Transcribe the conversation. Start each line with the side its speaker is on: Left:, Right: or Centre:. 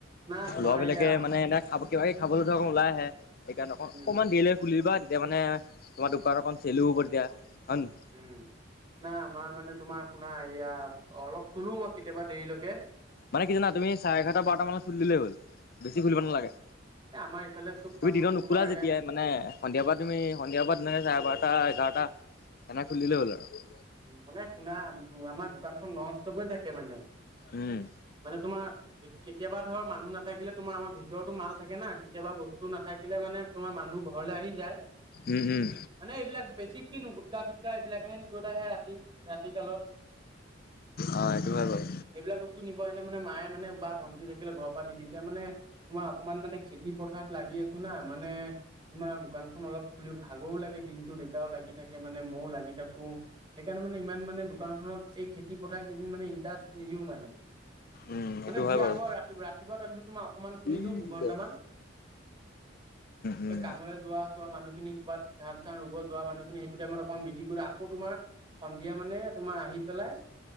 Right: না তোমাৰ
Left: লৰাবিলাকে
Right: এয়া
Left: মানে এনে খাব কিবা কিবি খাবলৈ ধৰক ওলাই আহে সেইকাৰণে অকমান
Right: উম
Left: দেৰিলৈকে খুলিবা। তেতিয়া মানে তোমাৰ দোকান অকণ চেলো হব তেতিয়া হয় নে নহয়।
Right: উম নাই আমাৰ মানে তোমাৰ শুনা এয়া অলপ খোলো মই কেতিয়াবা দেৰিলৈকে-
Left: মানে কি জানা তুমি চাৰে এঘাৰটা বাৰটা মানলৈকে খুুলি দিলেই হল বেছি খুলিব নালাগে।
Right: তোমাৰ ইফালে চব
Left: তুমি
Right: মানুহ
Left: দিনত নুখোলা
Right: তোমাৰ এয়া
Left: যেতিয়াই মানে সন্ধিয়াৰ পৰা তুমি সন্ধিয়াৰ পৰা তেনেকে চাৰে বাৰটা এঘাৰটা তেনেকে খুলিদিলেই হ'ল আৰু।
Right: মানে শুনা, আমাৰ দোকানখন নন ষ্টপে থাকে মানে।
Left: উম
Right: মানে তোমাৰ কেতিয়াবা ধৰ মানুহ নাথাকিলে তোমাৰ আমাৰ ভিতৰতো মাল থাকে না কেতিয়াবা বস্তু নাথাকিলে মানে- তোমাৰ মানুহ ঘৰলৈ আহি যায়।
Left: উম, উম।
Right: মানে এইবিলাক বেছি কিনো গোটকা চুটকা এইবিলাকে আহে ৰাতি- ৰাতি কালত।
Left: অ সেইটো হয় বাৰু
Right: এইবিলাক বস্তু নিব আহিলে মানে মায়ে মানে বা ভণ্টি থাকিলে ঘৰৰ পৰা দি দিয়ে, তেতিয়া মানে তোমাৰ অকমান মানে খেতি পথাৰত লাগি আছো না, মানে তোমাৰ দোকানখন অলপ খুলি ভাগৰো লাগে দিন টো দেতাও লাগি থাকে মানে মইও লাগি থাকো, সেইকাৰণে মানে ইমান মানে দোকানখনত এই খেতি পথাৰ কেইদিন মানে ইণ্টাৰেষ্ট নিদিও মানে।
Left: উম সেইটো
Right: মানে দিয়া
Left: বাৰু
Right: হয়, ৰাতি ৰাতিপুৱা টাইমটো তোমাৰ অকনমান খুলি
Left: উম,
Right: দিওঁ
Left: <unintelligible>
Right: দুঘন্টামান।
Left: উম
Right: এই কামলে যোৱা চোৱা মানুহখিনি ক'ৰবাত ধান চান ৰুব যোৱা মানুহখিনি সেইটো টাইমত অকমান বিক্ৰী কৰি আকৌ তোমাৰ সন্ধিয়া মানে তোমাৰ আহি পেলাই